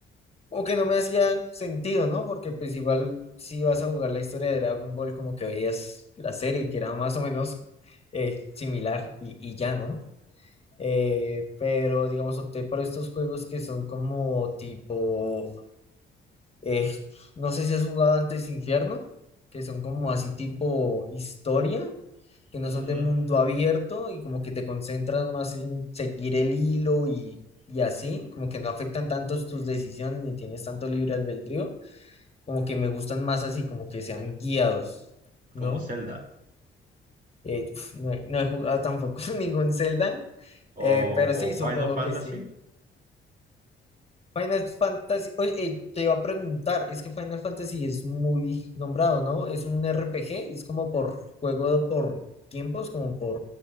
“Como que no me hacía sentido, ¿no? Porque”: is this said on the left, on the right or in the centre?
Left